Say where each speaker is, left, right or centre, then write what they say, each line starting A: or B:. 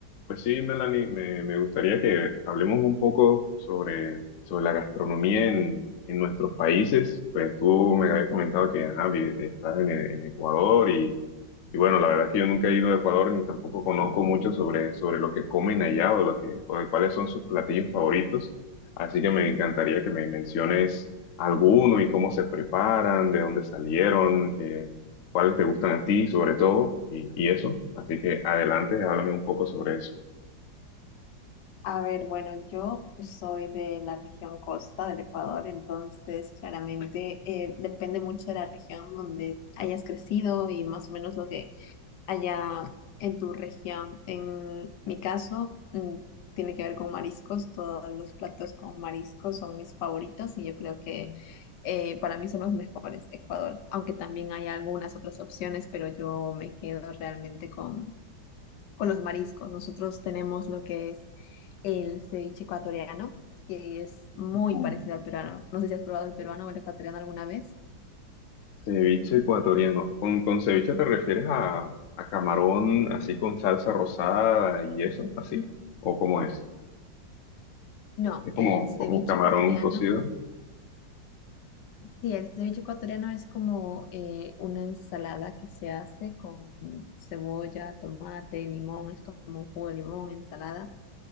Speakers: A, on the left; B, on the left.
A: Pues sí, Melanie, me, me gustaría que hablemos un poco sobre, sobre la gastronomía en, en nuestros países. Pues tú me habías comentado que ajá, vi- estás en, en Ecuador y, y bueno, la verdad es que yo nunca he ido a Ecuador ni tampoco conozco mucho sobre, sobre lo que comen allá o, lo que, o de cuáles son sus platillos favoritos. Así que me encantaría que me menciones alguno y cómo se preparan, de dónde salieron, eh, cuáles te gustan a ti sobre todo y, y eso. Así que adelante, háblame un poco sobre eso.
B: A ver, bueno, yo soy de la región costa del Ecuador, entonces claramente eh, depende mucho de la región donde hayas crecido y más o menos lo que haya en tu región. En mi caso, mm, tiene que ver con mariscos, todos los platos con mariscos son mis favoritos y yo creo que eh, para mí son los mejores de Ecuador, aunque también hay algunas otras opciones, pero yo me quedo realmente con con los mariscos. Nosotros tenemos lo que es el ceviche ecuatoriano, que es muy
A: Mm.
B: parecido al peruano. No sé si has probado el peruano o el ecuatoriano alguna vez.
A: Ceviche ecuatoriano. ¿Con, con ceviche te refieres a, a camarón así con salsa rosada y eso, así? ¿O cómo es?
B: No,
A: Es
B: el
A: como,
B: ceviche
A: como camarón
B: ecuatoriano,
A: cocido.
B: sí, el ceviche ecuatoriano es como eh, una ensalada que se hace con cebolla, tomate, limón, es como un jugo de limón, ensalada.